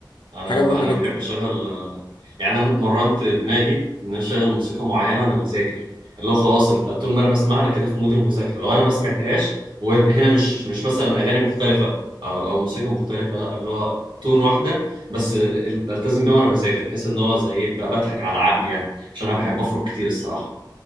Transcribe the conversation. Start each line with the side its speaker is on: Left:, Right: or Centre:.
Right: أنا
Left: حاجه
Right: أنا
Left: مهمه جدا
Right: بحب أشغل يعني أنا اتمرنت دماغي إن أنا أشغل موسيقى معينة وأنا بذاكر اللي هو خلاص أنت طول ما أنا بسمعها أنا كده في مود المذاكرة لو أنا ما سمعتهاش وهنا مش مش مثلا أغاني مختلفة أو أو موسيقى مختلفة لا اللي هو تون واحدة بس ال- بلتزم بيها وأنا بذاكر بحيث إن هو زي إيه بقى بضحك على عقلي يعني عشان أنا بحب أفرك كتير الصراحة